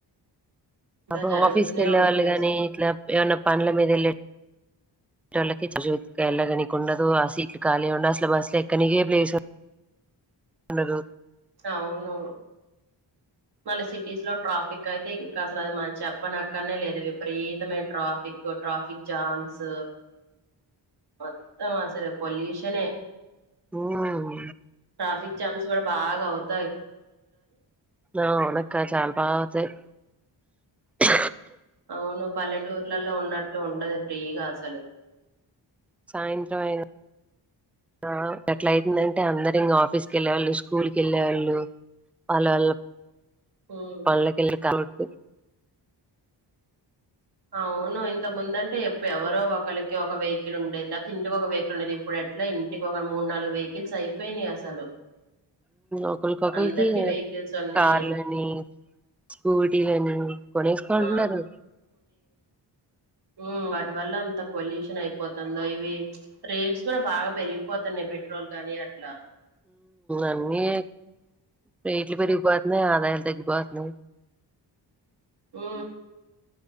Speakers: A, on the right; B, in the centre.
A: ఇలా
B: అబ్బో
A: జరుగుతూనే
B: ఆఫీస్కి వెళ్ళే
A: ఉంటాయి
B: వాళ్ళు గాని
A: అసలు
B: ఇట్లా ఏమన్నా పనుల మీద వెళ్ళే టోళ్ళకి సర్దుకోడానికి వెళ్ళనీకు వీలు ఉండదు ఆ సీట్లు ఖాళీ ఉండదు అసలు బస్సు ఎక్కనికి ప్లేసు ఉండదు ఉండదు
A: అవును మళ్ళ సిటీస్ లో ట్రాఫిక్ అయితే ఇంకా అసలు అది మనం చెప్పనక్కరనే లేదు విపరీతమైన ట్రాఫిక్ ట్రాఫిక్ జామ్స్ మొత్తం అసలు పొల్యూషనే
B: మ్మ్
A: ట్రాఫిక్ జామ్స్ కూడా బాగావుతుంది
B: ఆ నాకు చాలా బాగా జలుబు చేసింది
A: అవును పల్లెటూర్లలో ఉన్నట్లు ఉండదు ఫ్రీగా అసలు
B: సాయంత్రం అయితే ఆ అట్లా అయితుందంటే అందరు ఇంగ ఆఫీస్ కు వెళ్ళేవాళ్ళు స్కూల్ కి వెళ్ళేవాళ్ళు పాలొల్లు
A: ఉమ్,
B: పళ్ళకిలో వద్దు
A: అవును ఇంత ముందంటే ఎవరో ఒకరికి ఒక వెహికకిల్ ఉండేది లేకపోతే ఇంటికి ఒక సైకిల్ ఉండేది ఇప్పుడు ఇట్లా ఇంటికి ఒక మూడు నాలుగు వెహికల్స్ అయిపోయినాయి అసలు
B: ఒకరికొకరికి
A: అందరికి వెహికల్స్ ఉన్నాయి
B: కార్లని స్కూటీలని కొనేసుకుంటున్నారు
A: ఆ మ్మ్ వాటి వల్ల అంత పొల్యూషన్ అయిపోతంది ఇవి రేట్స్ కూడా బాగా పెరిగిపోతున్నాయి పెట్రోల్ కు కానీ అట్లా
B: అన్ని ఇగ రేట్లు పెరిగి పోతున్నాయి అదయితే ఎక్కువ అండి
A: ఉ